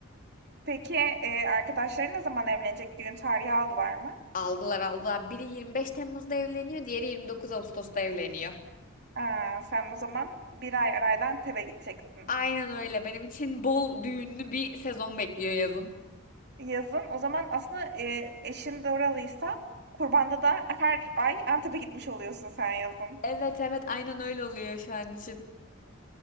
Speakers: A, on the right; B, on the left.
A: Peki, eee, arkadaşların ne zaman evlenecek? Düğün tarihi aldılar mı?
B: Aldılar aldılar. Biri 25 Temmuz'da evleniyor, diğeri 29 Ağustos'ta evleniyor.
A: Ha, sen o zaman bir ay arayla Antep'e gideceksin.
B: Aynen öyle. Benim için bol düğünlü bir sezon bekliyor yazın.
A: Yazın. O zaman aslında, eee, eşin de oralıysa kurbanda da her ay Antep'e gitmiş oluyorsun sen yazın.
B: Evet evet aynen öyle oluyor şu an için.